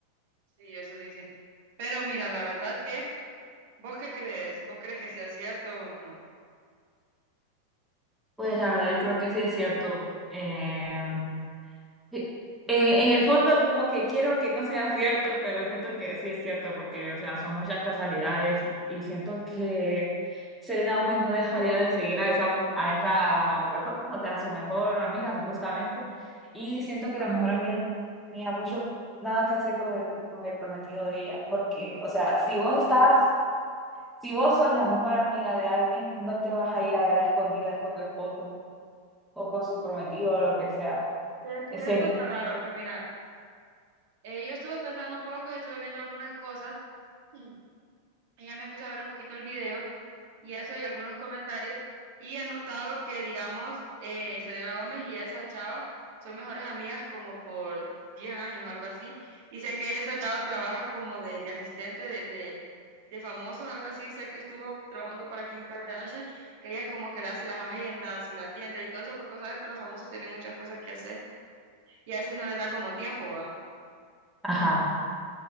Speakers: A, on the right; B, in the centre.
A: sí, eso dicen. Pero mira, la verdad que, ¿vos qué crees? ¿Vos crees que sea cierto o no?
B: Pues la verdad yo creo que sí es cierto. Em, Sí. Eh, en el fondo como que quiero que no sea cierto, pero siento que sí es cierto porque, o sea, son muchas casualidades y, y siento que Selena Gómez no dejaría de seguir a esa, a esa persona, o sea, a su mejor amiga supuestamente, y siento
A: Ajá.
B: que la mejor amiga no tenía mucho nada que hacer con el, con el prometido de ella, porque, o sea, si vos estás, si vos sos la mejor amiga de alguien, no te vas a ir a ver a escondidas con tu esposo o con su prometido o lo que sea.
A: Ya que
B: Sí.
A: eso está raro, pero mira, eh, yo estuve pensando un poco y estuve viendo algunas cosas. Mm. Y ya me puse a ver un poquito el video y eso y algunos comentarios. Y he notado que, digamos, eh, Selena Gómez y esa chava son mejores amigas como por 10 años, algo así. Y sé que esa chava trabaja como de, de asistente de, de, de famosos, algo así. Sé que estuvo trabajando para Kim Kardashian, que ella es como que le hace las agendas y la tienda y todo eso, porque sabes que los famosos tienen muchas cosas que hacer y a veces no les da como tiempo, ¿va?
B: Ajá.